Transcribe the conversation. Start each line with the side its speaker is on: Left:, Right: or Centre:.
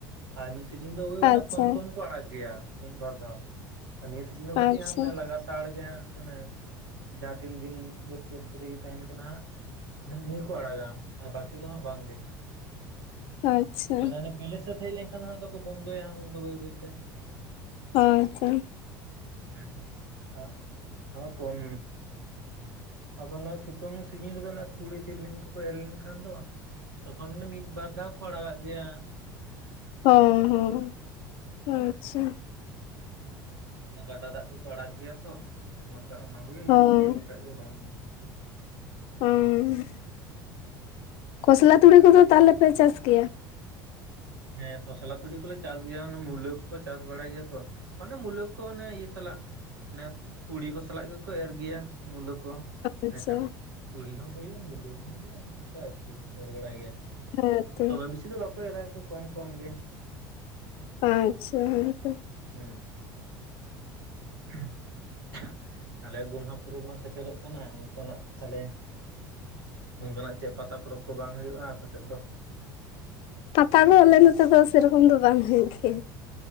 Right: ᱟᱨ ᱢᱤᱫ ᱥᱤᱡᱤᱱ ᱫᱚ ᱦᱩᱭᱩᱜ ᱠᱟᱱᱟ
Left: ᱟᱪᱪᱷᱟ
Right: ᱠᱚᱢ ᱠᱚᱢ ᱠᱚ ᱟᱲᱟᱜ ᱜᱮᱭᱟ ᱢᱤᱫ ᱵᱟᱨ ᱫᱷᱟᱣ ᱟᱨ ᱱᱤᱭᱟᱹ ᱥᱤᱡᱤᱱ
Left: ᱟᱪᱪᱷᱟ
Right: ᱠᱟᱹᱴᱤ ᱦᱟᱸᱜ ᱢᱟᱱᱮ ᱞᱟ ᱯᱟᱛᱟᱲ ᱜᱮ ᱦᱟᱸᱜ ᱢᱟᱱᱮ ᱡᱟᱦᱟᱸ ᱛᱤᱱ ᱫᱤᱱ ᱵᱟᱹᱫᱽ ᱠᱷᱮᱛ ᱠᱚᱨᱮ ᱤᱭᱟᱹ ᱛᱟᱦᱮᱱ ᱠᱟᱱᱟ ᱦᱟᱸᱜ ᱩᱱᱟᱹᱜ ᱫᱤᱱ ᱜᱮ ᱠᱚ ᱟᱲᱟᱜᱟ ᱟᱨ ᱵᱟᱠᱤ ᱫᱚ ᱦᱟᱸᱜ ᱵᱟᱝ ᱜᱮ
Left: ᱟᱪᱪᱷᱟ
Right: ᱢᱟᱱᱮ ᱵᱤᱞᱮ ᱥᱟᱹᱛ ᱦᱳᱭ ᱞᱮᱱᱠᱷᱟᱱ ᱦᱟᱜ ᱫᱠᱚ ᱵᱚᱱᱫᱚᱭᱟ ᱩᱱᱫᱚ ᱵᱟᱹᱭ ᱵᱟᱹᱭᱛᱮ
Left: ᱦᱳᱭ ᱛᱚ
Right: ᱦᱮᱸ ᱟᱨ ᱟᱨ ᱠᱚᱢ ᱟᱫᱚ ᱚᱱᱟ ᱥᱤᱛᱩᱝ ᱥᱤᱡᱤᱱ ᱨᱮᱫᱚ ᱚᱱᱮ ᱛᱩᱲᱤ ᱛᱤᱞᱢᱤᱤᱱᱧ ᱠᱚᱠᱚ ᱮᱨ ᱞᱮᱱᱠᱷᱟᱱ ᱫᱚ ᱛᱚᱠᱷᱚᱱ ᱫᱚ ᱢᱤᱫ ᱵᱟᱨ ᱫᱷᱟᱣ ᱠᱚ ᱟᱲᱟᱜᱟᱜ ᱜᱮᱭᱟ
Left: ᱦᱩᱸ
Right: ᱟᱨᱠᱤ
Left: ᱦᱩᱸ ᱟᱪᱪᱷᱟ
Right: ᱩᱸ ᱜᱟᱰᱟ ᱫᱟᱜ ᱠᱚᱠᱚ ᱟᱲᱟᱜ ᱜᱮᱭᱟ ᱛᱚ ᱚᱱᱟ ᱥᱟᱶ ᱚᱱᱟ ᱠᱚᱜᱮ ᱦᱤᱡᱩᱜ
Left: ᱦᱚᱸ
Right: ᱜᱮᱭᱟ ᱵᱟᱠᱷᱟᱡ ᱵᱟᱝ ᱜᱮ
Left: ᱩᱸ ᱠᱷᱚᱥᱞᱟ ᱛᱩᱲᱤ ᱠᱚᱫᱚ ᱛᱟᱦᱞᱮ ᱯᱮ ᱪᱟᱥ ᱠᱮᱭᱟ
Right: ᱦᱮᱸ ᱠᱷᱚᱥᱞᱟ ᱛᱩᱲᱤ ᱠᱚᱞᱮ ᱪᱟᱥ ᱜᱮᱭᱟᱮ ᱚᱱᱮ ᱢᱩᱞᱟᱹ ᱠᱚᱠᱚ ᱪᱟᱥ ᱵᱟᱲᱟᱭ ᱜᱮᱭᱟ ᱛᱚ ᱢᱟᱱᱮ ᱢᱩᱞᱟᱹ ᱠᱚ ᱚᱱᱮ ᱤᱭᱟᱹ ᱥᱟᱞᱟᱜ ᱚᱱᱮ ᱛᱩᱲᱤ ᱠᱚ ᱥᱟᱞᱟᱜ ᱜᱮᱠᱚ ᱮᱨ ᱜᱮᱭᱟ ᱢᱩᱞᱟᱹ ᱠᱚ
Left: ᱟᱪᱪᱷᱟ
Right: ᱤᱱᱟᱹᱠᱷᱟᱱ ᱛᱩᱲᱤ ᱦᱚᱸ ᱦᱩᱭᱩᱜᱼᱟ ᱢᱩᱞᱟᱹ ᱦᱚᱸ ᱦᱩᱭᱩᱜᱼᱟ ᱚᱱᱠᱟ ᱟᱨᱠᱤ ᱮᱨ ᱵᱟᱲᱟᱭ ᱜᱮᱭᱟ
Left: ᱦᱮᱸᱛᱚ
Right: ᱫᱚᱢᱮ ᱵᱮᱥᱤ ᱫᱚ ᱵᱟᱠᱚ ᱮᱨᱟ ᱟᱨᱠᱤ ᱠᱚᱢ ᱠᱚᱢ ᱜᱮ
Left: ᱟᱪᱪᱷᱟ ᱦᱳᱭᱛᱚ
Right: ᱦᱮᱸ <unintelligible> ᱛᱟᱞᱦᱮ ᱜᱳᱚᱢᱦᱟ ᱯᱩᱨᱩᱚᱵᱽ ᱢᱟ ᱥᱮᱴᱮᱨᱚᱜ ᱠᱟᱱᱟ ᱚᱱᱠᱟᱱᱟᱜ ᱛᱟᱞᱦᱮ ᱚᱱᱠᱟᱱᱟᱜ ᱪᱮᱫ ᱯᱟᱛᱟ ᱯᱚᱨᱚᱵᱽ ᱠᱚ ᱵᱟᱝ ᱦᱩᱭᱩᱜᱼᱟ ᱟᱯᱮ ᱥᱮᱫ ᱫᱚ
Left: ᱯᱟᱛᱟ ᱫᱚ ᱟᱞᱮ ᱱᱚᱛᱮ ᱫᱚ ᱥᱮᱨᱚᱠᱚᱢ ᱫᱚ ᱵᱟᱝ ᱦᱩᱭᱩᱜ ᱜᱮᱭᱟ,